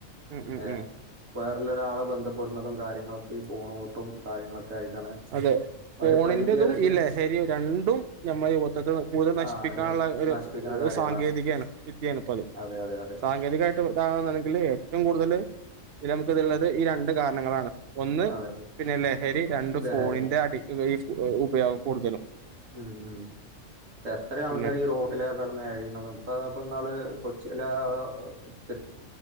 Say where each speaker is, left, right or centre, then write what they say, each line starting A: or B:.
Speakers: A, on the right; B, on the right.
A: ഉം ഉം
B: ഏഹ്
A: ഉം
B: വേറല്ല ഒരാള് ബന്ധപ്പെടുന്നതും കാര്യങ്ങളൊക്കെ ഈ ഫോണിലോട്ടും കാര്യങ്ങളൊക്കെ ആയിട്ടാണ്
A: അതെ ഫോണിന്റതും
B: ഒരു പരിധി വരെയൊക്കെ
A: ഈ ലഹരി രണ്ടും ഞമ്മളെ യുവത്തത് കൂടുതൽ നശിപ്പിക്കാനുള്ള
B: ആ ഇത്
A: ഒരു
B: നശിപ്പിക്കുന്ന കാര്യങ്ങളാണ്
A: സാങ്കേതികാണ് വിദ്യയാണ് ഇപ്പ അത്.
B: അതെ അതെ അതെ
A: സാങ്കേതികായിട് <unintelligible> ഏറ്റവും കൂടുതൽ നമുക്ക് ഇത്ള്ളത് ഈ രണ്ട് കാരണങ്ങളാണ്. ഒന്ന്
B: അതെ
A: പിന്നെ ലഹരി രണ്ട്
B: ലഹരി
A: ഫോണിന്റെ അടി ഈ ഉപയോഗം കൂടുതലും
B: ഉം ഉം എത്ര ആൾക്കാര്
A: പിന്നെ
B: ഈ റോട്ടിലേ കെട്ന്ന് എഴിണതും ഇപ്പ ഇപ്പന്നാള് <unintelligible>